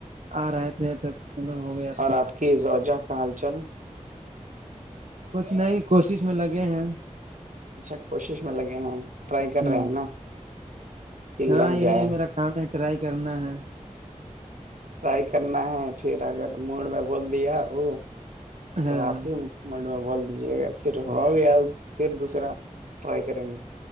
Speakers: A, on the right; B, on the right.
A: آ رہے تھے تب پگ ہو گیا تھا
B: اور آپ کی زوجہ کا حال چل
A: کچھ نئی کوشش میں لگے ہیں
B: اچھا کوشش میں لگے ہیں ٹرائی کر
A: ہ
B: رہے ہیں نا اللہ
A: ہاں
B: جائے
A: یہی ہے میرا کام ہے ٹرائی کرنا ہے
B: ٹرائی کرنا ہے پھر اگر موڈ میں بول دیا ا تو
A: ہاں
B: آپ ہی منڈ میں بول دیجے گا پھر ہو گیا پھر دوسرا ٹرائی کریں گے